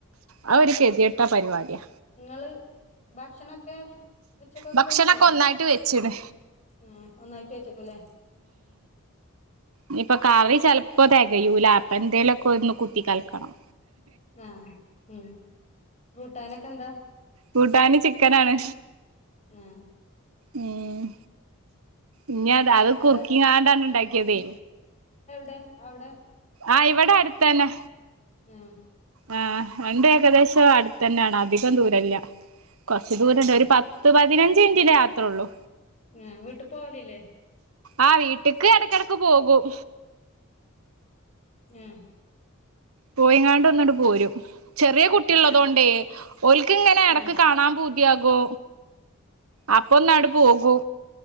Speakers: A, on the right; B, on the left.
A: ആ ഒരു ഗതികെട്ട പരിപാടിയാ
B: ഞങ്ങള് ഭക്ഷണൊക്കെ ഉച്ചക്കൊക്കെ
A: ഭക്ഷണൊക്കെ
B: കഴിച്ചില്ലേ
A: ഒന്നായിട്ട് വെച്ച്ണ്
B: ആ ഒന്നായിട്ട് വെച്ചക്കൂല്ലേ
A: ഇയിപ്പൊ കറി ചിലപ്പോ തികയൂല അപ്പ എന്തേലുമൊക്കെ ഒന്ന് കുത്തി കൽക്കണം
B: ആ ഉം കൂട്ടാനൊക്കെ എന്താ
A: കൂട്ടാൻ ചിക്കനാണ്
B: ആഹ്
A: ഉം ഇനി അത്
B: ഇങ്ങളെ
A: കുറുക്കിങ്ങാണ്ടാണ് ഉണ്ടാക്കിയതേ
B: ദേ അവിടെ
A: ആ ഇവിടെ അടുത്തന്നെ
B: ഉം
A: ആ രണ്ട് ഏകദേശം അടുത്ത തന്നെയാണ് അധികം ദൂരല്ല കൊറച്ചു ദൂരണ്ട്
B: ആഹ് ആഹ്
A: ഒരു പത്ത് പതിനഞ്ച് മിനിന്റെ യാത്രയ ഉള്ളു
B: ഉം വീട്ടു പോവലില്ലേ
A: ആ വീട്ടക്ക് ഇടക്കിടക്ക് പോകും
B: ഏഹ്
A: പോയിങ്ങാണ്ട് ഒന്നിണ്ട് പോരും. ചെറിയ കുട്ടിയുള്ളതോണ്ടേ
B: ആഹ്
A: ഓൽക്ക് ഇങ്ങനെ എടക്ക്
B: ആഹ്
A: കാണാൻ പൂത്യാകു. അപ്പൊന്നാട് പോകൂ